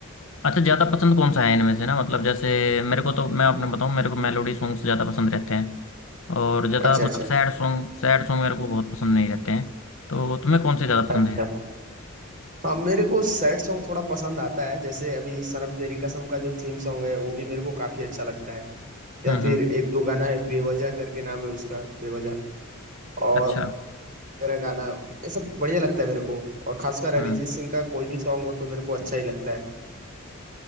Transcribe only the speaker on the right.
अच्छा अच्छा
अच्छा
हाँ मेरे को सैड सॉन्ग थोड़ा पसंद आता है जैसे अभी सनम तेरी कसम का जो थीम सॉन्ग है वो भी मेरे को काफी अच्छा लगता है या
फिर
एक दो गाना है बेवजह करके नाम है उसका बेवजह और
मेरा गाना ये सब बढ़िया लगता है मेरे को और खासकर अरिजीत
सिंह का कोई भी सॉन्ग हो तो मेरे को अच्छा ही लगता है